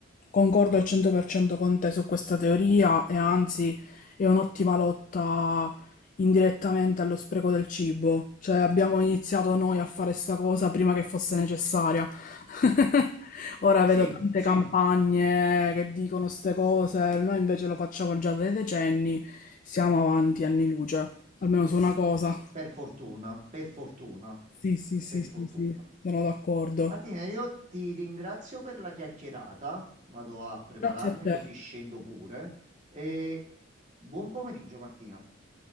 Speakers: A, on the left; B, on the right.
A: Concordo al 100% con te su questa teoria e anzi è un'ottima lotta indirettamente allo spreco del cibo. Cioè abbiamo iniziato noi a fare sta cosa prima che fosse necessaria. <laughs> Ora vedo
B: Sì,
A: tante
B: sì,
A: campagne che dicono ste cose, noi invece lo facciamo già da decenni, siamo avanti anni luce, almeno su una cosa.
B: per fortuna, per fortuna,
A: Sì, sì, sì,
B: per fortuna.
A: sì, sì, sono d'accordo.
B: Martina, io ti ringrazio per la chiacchierata. Vado a prepararmi
A: Grazie a te.
B: così scendo pure. E buon pomeriggio, Martina.